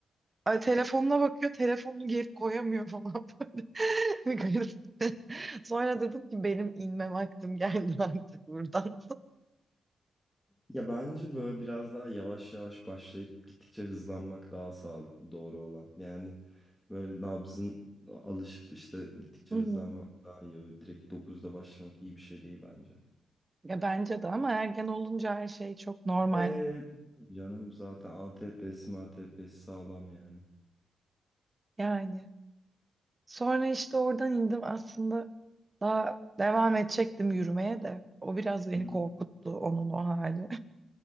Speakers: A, on the right (about 20°); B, in the centre.
A: Ay, telefonuna bakıyor telefonunu geri koyamıyor falan. böyle. <laughs> Garip. Sonra dedim ki benim inme vaktim geldi artık buradan.
B: Ya bence böyle biraz daha yavaş yavaş başlayıp gittikçe hızlanmak daha sağlıklı doğru olan. Yani böyle nabzın alışıp işte gittikçe
A: Hı
B: hızlanmak
A: hı.
B: daha iyi. Öyle direkt dokuzda başlamak iyi bir şey değil bence.
A: Ya bence de ama ergen olunca her şey çok normal.
B: Ee, Canım zaten ATP'si ATP'si sağlam yani.
A: Yani sonra işte oradan indim aslında daha devam edecektim yürümeye de. O biraz beni
B: Hı hı.
A: korkuttu onun o hali.